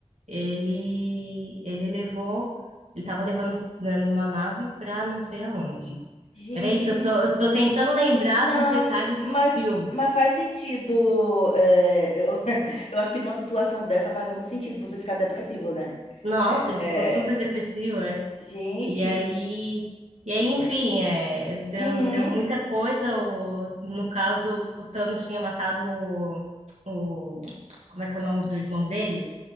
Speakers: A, on the right; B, on the left.
A: ele, ele levou, ele estava levando né, numa nave para não sei aonde.
B: Gente.
A: Peraí, que eu tô, eu tô tentando lembrar
B: Não,
A: dos detalhes
B: mas,
A: do filme.
B: mas faz sentido. é, eu, <laughs> eu acho que numa situação dessa faz muito sentido você ficar depressivo, né?
A: Nossa,
B: É,
A: ele ficou super
B: é,
A: depressivo, é.
B: gente,
A: E aí, e aí, enfim, é, deu,
B: uhum,
A: deu muita coisa. O, no caso, o Thanos tinha matado o, o- como é que é o nome do irmão dele?